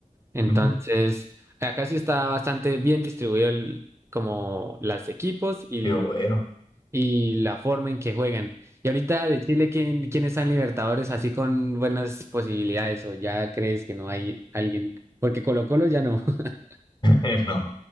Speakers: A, on the right; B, on the left.
A: Entonces,
B: Ujú.
A: acá sí está bastante bien distribuido el- como los equipos y, l-
B: Pero bueno,
A: y la forma en que juegan. Y ahorita de Chile, ¿quién, quiénes están Libertadores así con buenas posibilidades? ¿O ya crees que no hay alguien? Porque Colo-Colo ya no. <laughs>
B: <laughs> no.